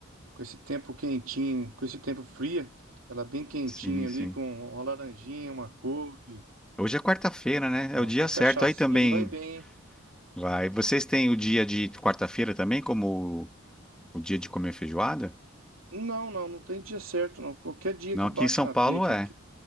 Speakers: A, on the right (about 80°); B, in the centre.
A: com esse tempo quentinho, com esse tempo fria. Ela bem quentinha
B: Sim,
A: ali,
B: sim.
A: com uma laranjinha, uma couve,
B: Hoje é quarta-feira, né? É o dia
A: uma
B: certo.
A: cachaçinha
B: Aí também
A: ali, vai bem, hein?
B: vai. Vocês têm o dia de quarta-feira também como o dia de comer feijoada?
A: Não, não, não tem dia certo, não. Qualquer dia
B: Não,
A: que bate
B: aqui em São
A: na
B: Paulo
A: teia que
B: é.